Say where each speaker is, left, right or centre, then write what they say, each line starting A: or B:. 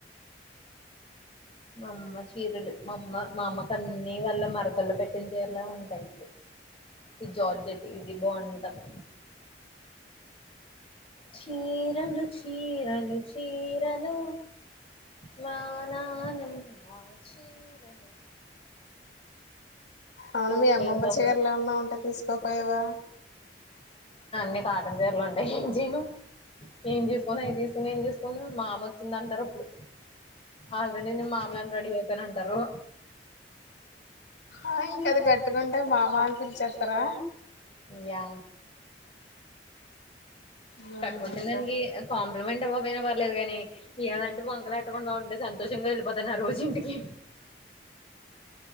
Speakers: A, on the left (about 35°); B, on the left (about 85°).
A: మామ్మ చీరుడు మామ్మ మా అమ కన్నీ వాల్ల మరకల్లో పెట్టినంచరలా ఉంటాయి ఈ జార్జెట్ ఇది బాగుంటది చీరలు చీరలు చీరలు మానాల చీరలు
B: అవును మీ అమ్మమ్మ
A: ఇంకా
B: చీరలు ఏమన్నా ఉంటే తీసుకోపోయవా
A: ని కాటన్ చీరలు ఉంటాయి ఏంజెను ఏం చేసుకోను అవి తీసుకుొని ఏం చేసుకోను మామ వచ్చింది అంటారు అప్పుడు ఆల్రెడీ నేను మామలాగే రెడీ అవుతనానింటారు
B: ఆ ఇంకాది గట్టుకుంటే మామ అని పిలిచేస్తారా
A: యా
B: బానే
A: కట్టుకొచ్చిన
B: ఉందా
A: దానికి కాంప్లిమెంట్ ఇవ్వబోయినా పర్లేదు కానీ ఎవనంటే వంకలు ఎట్టకుండా ఉంటే సంతో చిన్నె ఎళ్ళిపోతన్న రోజు ఇంటికి